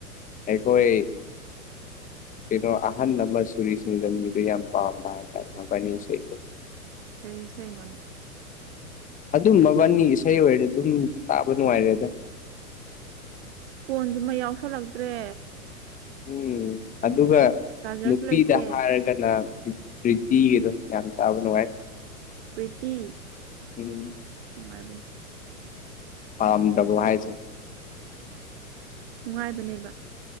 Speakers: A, on the left; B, on the right.
A: ꯑꯩꯈꯣꯏ ꯀꯩꯅꯣ ꯑꯍꯟ ꯑꯃ ꯁꯨꯔꯤꯁꯤꯡ ꯂꯝꯕꯤꯗꯣ ꯌꯥꯝ ꯄꯥꯝꯕ ꯍꯥꯏꯇꯥꯔꯦ ꯃꯕꯥꯣꯏ ꯏꯁꯩꯁꯦ
B: ꯀꯁꯩꯅꯣꯅꯦ
A: ꯑꯗꯨꯝ ꯃꯕꯥꯟꯅꯤ ꯏꯁꯩ ꯑꯣꯏꯔꯦ ꯑꯗꯨꯝ ꯇꯥꯕ ꯅꯨꯡꯉꯥꯏꯔꯦ ꯑꯗ
B: ꯐꯣꯟꯁꯨꯃ ꯌꯥꯎꯁꯜꯂꯛꯇ꯭ꯔꯦ
A: ꯎꯝ ꯑꯗꯨꯒ
B: ꯆꯥꯔꯖꯔꯁꯨ
A: ꯅꯨꯄꯤꯗ
B: ꯂꯩꯇꯦ
A: ꯍꯥꯏꯔꯒ ꯅ ꯄ꯭ꯔꯤꯇꯤꯒꯤꯗꯣ ꯌꯥꯝ ꯇꯥꯕ ꯅꯨꯡꯉꯥꯏ
B: ꯄ꯭ꯔꯤꯇ
A: ꯎꯝ
B: ꯎꯅꯨꯡꯉꯥꯏꯕ
A: ꯄꯥꯝꯗ꯭ꯔꯕꯣ ꯍꯥꯏꯁꯦ
B: ꯅꯨꯡꯉꯥꯏꯕꯅꯦꯕ